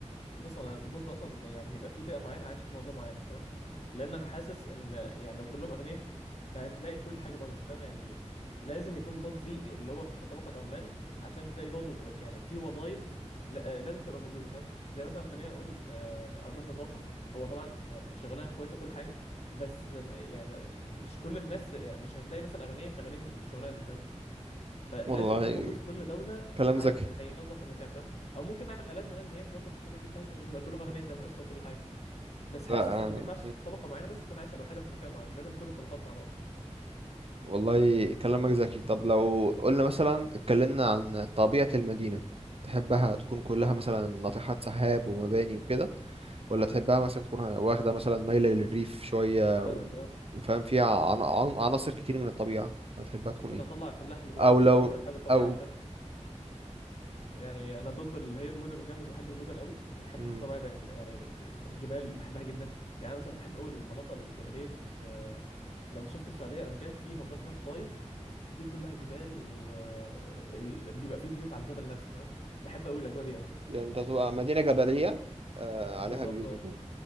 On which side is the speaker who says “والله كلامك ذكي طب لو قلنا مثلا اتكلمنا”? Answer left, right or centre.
Right